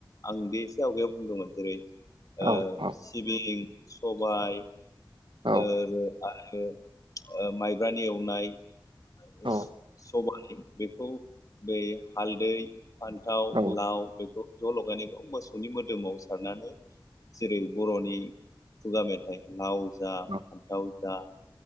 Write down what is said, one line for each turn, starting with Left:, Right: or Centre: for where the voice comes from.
Left: आं बे एसे आवगायाव बुंदोंमोन जेरै
Right: औ
Left: ओ
Right: औ
Left: सिबिं सबाय
Right: औ
Left: ओरो आरो ओ माइ ख्रानि एवनाय <unintelligible>
Right: औ
Left: सबाय बेखौ बै हालदै फान्थाव
Right: औ
Left: लाव बेखौ ज' लगायनाय खौ मोसौनि मोदोमाव सारनानै जेरै बर'नि खुगा मेथाइ लाव जा
Right: औ
Left: फान्थाव जा